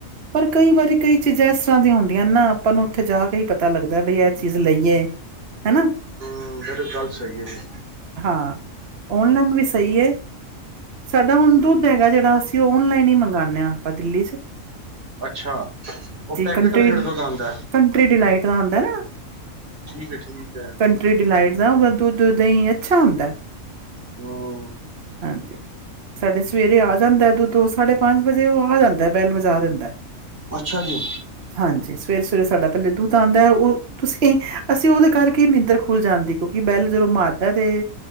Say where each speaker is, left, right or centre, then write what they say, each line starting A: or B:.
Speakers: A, on the right (about 50°); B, on the right (about 80°).
A: ਪਰ ਕਈ ਵਾਰੀ ਕਈ ਚੀਜ਼ਾਂ ਇਸ ਤਰ੍ਹਾਂ ਦੀਆਂ ਹੁੰਦੀਆਂ ਨੇ ਨਾ, ਆਪਾਂ ਨੂੰ ਉੱਥੇ ਜਾਕੇ ਈ ਪਤਾ ਲੱਗਦਾ ਵੀ ਐ ਚੀਜ਼ ਲਈਏ। ਹੈਨਾ।
B: ਹੂੰ, ਫਿਰ ਗੱਲ ਸਹੀ ਐ ਜੀ।
A: ਹਾਂ, ਔਨਲਾਈਨ ਵੀ ਸਹੀ ਏ। ਸਾਡਾ ਹੁਣ ਦੁੱਧ ਹੈਗਾ ਜਿਹੜਾ, ਅਸੀਂ ਉਹ ਓਨਲਾਈਨ ਹੀ ਮੰਗਾਨੇ ਆ ਆਪਾਂ ਦਿੱਲੀ'ਚ।
B: ਅੱਛਾ ਉ ਪੈਕੇਟ
A: ਕੰਟਰੀ
B: ਨੇ ਜੇੜੇ ਦੁੱਧ ਆਂਦੈ।
A: ਕੰਟਰੀ ਡਿਲਾਈਟ ਦਾ ਆਂਦੈ ਨਾ।
B: ਠੀਕ ਏ ਠੀਕ। ਹੈ
A: ਕੰਟਰੀ ਡਿਲਾਈਟ ਦਾ ਵ ਦੁੱਧ ਦਈ ਅੱਛਾ ਹੁੰਦੈ।
B: ਹੂੰ
A: ਹਾਂਜੀ। ਸਾਡੇ ਸਵੇਰੇ ਆ ਜਾਂਦਾ ਦੁੱਧ ਸਾਢੇ ਪੰਜ ਵਜੇ ਉ ਆ ਜਾਂਦਾ ਬੈਲ ਵਜਾ ਦਿੰਦੈ।
B: ਅੱਛਾ ਜੀ।
A: ਹਾਂਜੀ ਸਵੇਰੇ-ਸਵੇਰੇ ਸਾਡਾ ਪੈਲੇ ਦੁੱਧ ਆਂਦਾ, ਉ ਤੁਸੀਂ ਅਸੀਂ ਉਦੇ ਕਰਕੇ ਈ ਨਿੰਦਰ ਖੁੱਲ ਜਾਂਦੀ, ਕਿਉਂਕਿ ਵੈੱਲ ਜਦੋਂ ਮਾਰਦਾ ਤੇ